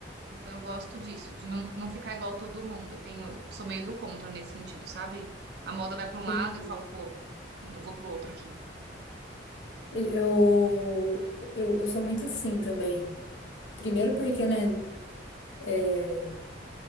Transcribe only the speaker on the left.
sim.
Eu, eu, eu sou muito assim também. Primeiro porque, né? é,